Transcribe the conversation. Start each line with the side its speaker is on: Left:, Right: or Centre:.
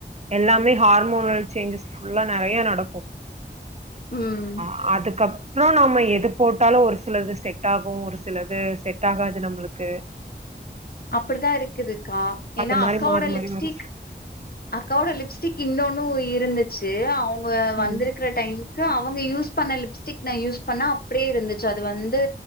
Right: எல்லாமே ஹார்மோனல் சேஞ்சஸ் ஃபுல்லா நிறைய நடக்கும்
Left: ம்
Right: அ அதுகப் ப்புறோ நாம எது போட்டாலும் ஒரு சிலது செட் ஆகும் ஒரு ஸ் சிலது செட் ஆகாது நம்புளுக்கு
Left: அப்புடிதா இருக்குதுக்கா ஏன்னா
Right: அது மாரி
Left: அக்காவோட
Right: மாறி மாறி
Left: லிப்ஸ்டிக்
Right: வரு
Left: அக்காவோட லிப்ஸ்டிக் கின்னொன்னு இருந்துச்சு அவோ இவுங்க
Right: ம்
Left: வந்துருக்குற டைம் கு அவங்க யூஸ் பண்ண லிப்ஸ்டிக் நா யூஸ் பண்ணா அப்புடியே இருந்துச்சு அது வந்து